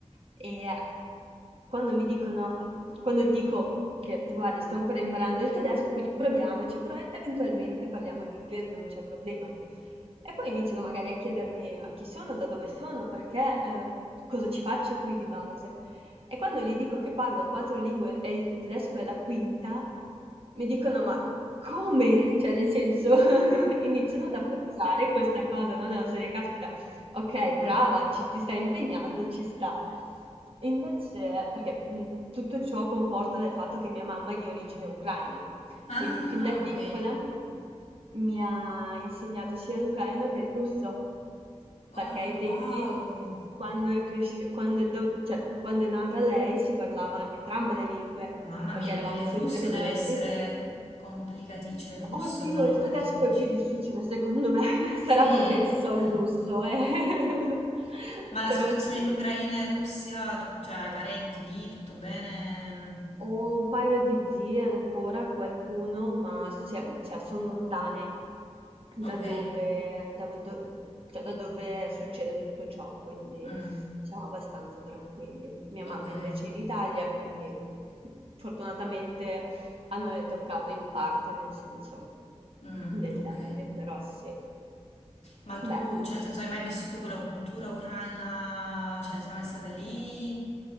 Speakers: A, on the right; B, on the left.
A: e quando mi dicono quando dico che guardi, sto ancora imparando il tedesco, quindi proviamoci, però eventualmente parliamo in inglese, non c'è problema. E poi iniziano magari a chiedermi a chi sono, da dove sono, perché, eh, cosa ci faccio qui di base. E quando gli dico che parlo quattro lingue e il tedesco è la quinta, mi dicono: "Ma come?" Cioè nel senso <laughs> iniziano ad apprezzare questa cosa, no, della serie: "Caspita, okay, brava, ci ti stai impegnando, ci sta". Invece perché, mhmm, tutto ciò comporta dal fatto che mia mamma è di origine ucraina,
B: Ah,
A: quindi fin da Ah.
B: ok.
A: piccola mi ha insegnato sia l'ucraino che il russo, perché
B: Ah,
A: ai tempi
B: wow!
A: quando è cresci quando è do cioè quando è nata lei si parlava entrambe le lingue,
B: Mamma
A: perché
B: mia, il
A: eravamo
B: il
A: Ah. sul
B: russo
A: territorio
B: deve essere
A: eh sì.
B: complicati, cioè il russo
A: Oddio,
B: è una roba
A: il tedesco
B: difficile.
A: è più difficile secondo me, <laughs> sarà
B: Sì?
A: perché so
B: Eh.
A: il russo, eh. <laughs>
B: Ma la
A: Però
B: situazione
A: sì.
B: in Ucraina e Russia, tu, cioè, hai parenti lì, tutto bene?
A: Ho un paio di zie ancora, qualcuno,
B: Mm,
A: ma siam cioè son lontane
B: Ok,
A: da dove da do cioè da dove succede tutto ciò, quindi
B: Mm,
A: siamo abbastanza tranquilli. Mia
B: ok,
A: mamma invece è in Italia, quindi fortunatamente a noi è toccato in parte, nel senso
B: Mm,
A: del
B: ok.
A: termine, però sì.
B: Ma tu,
A: Beh,
B: cioè, nel senso, hai mai vissuto quella cultura ucraina? Cioè, sei mai stata lì?